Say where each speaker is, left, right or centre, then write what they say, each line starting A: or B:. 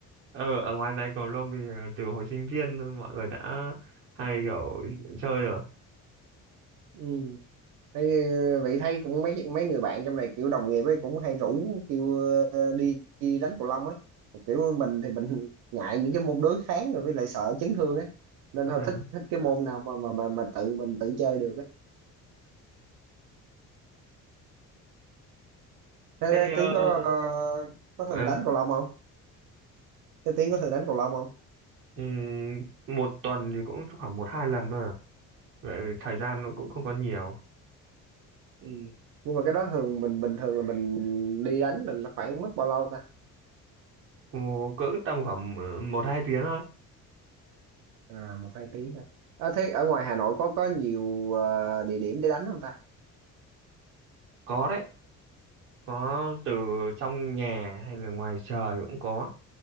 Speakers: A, on the right (about 40°); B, on the right (about 80°).
A: ờ ở ngoài này cầu lông thì ờ, từ hồi sinh viên mọi người đã hay kiểu chơi rồi
B: ừ Thế vậy thấy cũng mấy mấy người bạn trong này kiểu đồng nghiệp ấy cũng hay rủ kêu ờ, đi, đi đánh cầu lông ấy kiểu mình thì mình <laughs> ngại những cái môn đối kháng rồi với lại sợ chấn thương ấy nên
A: à,
B: thôi thích thích cái môn nào mà mà mà, mà tự mình tự chơi được ấy. Thế,
A: thế
B: thế Tiến
A: ờ,
B: có ờ, có thường
A: ờ,
B: đánh cầu lông không? Thế Tiến có thường đánh cầu lông không?
A: ừm, một tuần thì cũng khoảng một hai lần thôi à. Vậy thời gian nó
B: Ừ.
A: cũng không có nhiều
B: Ừ. Nhưng mà cái đó thường mình bình thường là mình đi đánh là nó khoảng mất bao lâu ta?
A: Ồ, cỡ tầm khoảng ờ, một hai tiếng thôi
B: À một hai tiếng ha. À, thế ở ngoài Hà Nội có có nhiều ờ, địa điểm để đánh không ta?
A: có đấy có từ trong nhà hay là ngoài trời cũng có